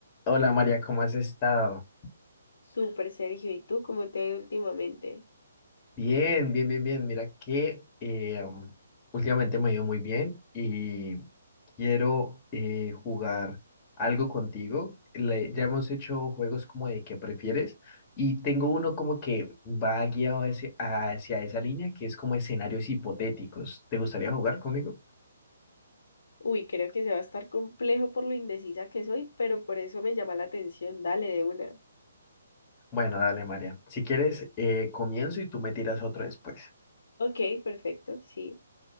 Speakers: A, on the left; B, on the left.
A: Hola María, ¿cómo has estado?
B: Súper, Sergio. ¿Y tú cómo te ha ido últimamente?
A: Bien, bien, bien, bien. Mira que eh, um, últimamente me ha ido muy bien y quiero eh, jugar algo contigo. Le- ya hemos hecho juegos como de qué prefieres y tengo uno como que va guiado hacia, hacia esa línea que es como escenarios hipotéticos. ¿Te gustaría jugar conmigo?
B: Uy, creo que se va a estar complejo por lo indecisa que soy, pero por eso me llama la atención. Dale de una.
A: Bueno, dale María. Si quieres, eh, comienzo y tú me tiras otro después.
B: Ok, perfecto, sí.